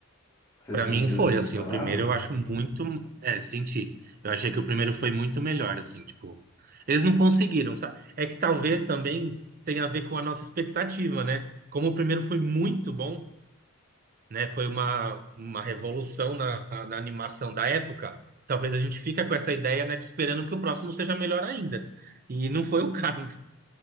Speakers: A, on the left; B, on the right.
A: Você
B: Pra
A: se sentiu
B: mim foi,
A: decepcionado?
B: assim, o primeiro eu acho muito, é, senti. Eu achei que o primeiro foi muito melhor, assim, tipo, eles não conseguiram, sabe? É que talvez também tenha a ver com a nossa expectativa, né? Como o primeiro foi muito bom, né? Foi uma, uma revolução na, na animação da época, talvez a gente fica com essa ideia, né, de esperando que o próximo seja melhor ainda. E não foi o <laughs> caso.